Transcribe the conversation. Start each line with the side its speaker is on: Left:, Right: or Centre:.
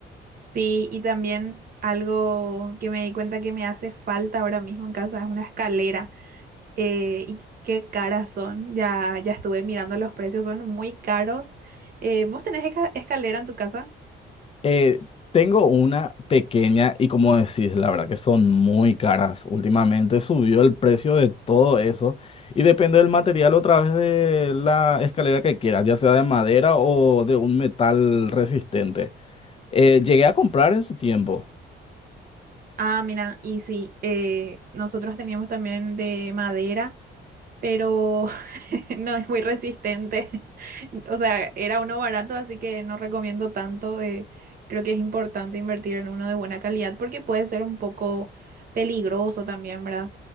Right: Sí, y también algo que me di cuenta que me hace falta ahora mismo en casa es una escalera. Eh, y qué caras son. Ya, ya estuve mirando los precios, son muy caros. Eh, ¿vos tenés esca- escalera en tu casa?
Left: Eh, tengo una pequeña y como decís, la verdad que son muy caras. Últimamente subió el precio de todo eso y depende del material otra vez de la escalera que quieras, ya sea de madera o de un metal resistente. Eh, llegué a comprar en su tiempo.
Right: Ah, mira, y sí, eh, nosotros teníamos también de madera, pero <laughs> no es muy resistente. <laughs> O sea, era uno barato, así que no recomiendo tanto. eh, creo que es importante invertir en uno de buena calidad porque puede ser un poco peligroso también, ¿verdad?